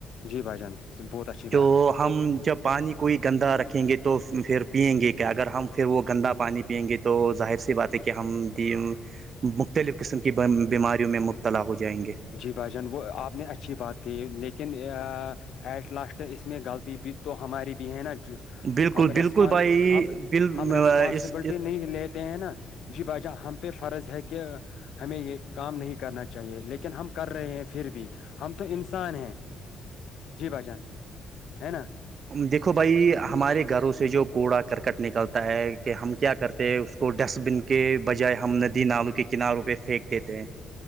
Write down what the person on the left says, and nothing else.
جی بھائی جان بہت اچھی
بات ہے
جی بھائی جان وہ آپ نے اچھی بات کہ لیکن ایٹ لاسٹ اس میں غلطی بھی تو ہماری بھی ہے نا
ہم
رسپان
ہم
ہم ریسپانسبلٹی
نہیں لیتے ہیں نا جی باجا ہم پہ فرض ہے کہ ہمیں یہ کام نہیں کرنا چاہ چاہیے لیکن ہم کر رہے ہیں پھر بھی ہم تو انسان ہیں جی بھ جان ہے نا